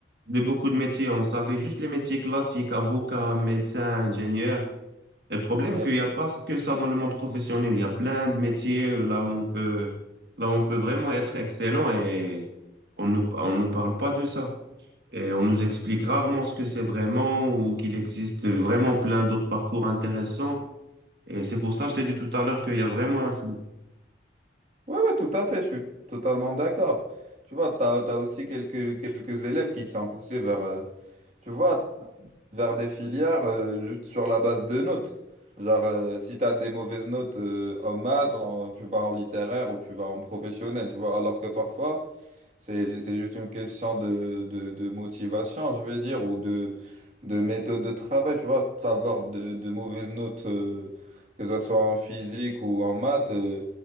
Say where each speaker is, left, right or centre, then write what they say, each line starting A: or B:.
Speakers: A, on the right; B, on the right.
A: de beaucoup de métiers. On savait juste les métiers classiques, avocat, médecin, ingénieur. Et le problème,
B: Ouais.
A: qu'il n'y a pas que ça dans le monde professionnel. Il y a plein de métiers là où on peut, là où on peut vraiment être excellent et on nous, on nous parle pas de ça. Et on nous explique rarement ce que c'est vraiment ou qu'il existe vraiment plein d'autres parcours intéressants. Et c'est pour ça que je t'ai dit tout à l'heure qu'il y a vraiment un flou.
B: Ouais, ouais, tout à fait, je suis totalement d'accord. Tu vois, tu as, aussi quelques, quelques élèves qui sont poussés vers, euh, tu vois, vers des filières euh, juste sur la base de notes. Genre, euh, si tu as des mauvaises notes euh, en maths, en- tu vas en littéraire ou tu vas en professionnel, tu vois, alors que parfois, C'est, c'est juste une question de, de, de motivation, je vais dire, ou de, de méthode de travail. Tu vois, avoir de, de mauvaises notes, euh, que ce soit en physique ou en maths, euh,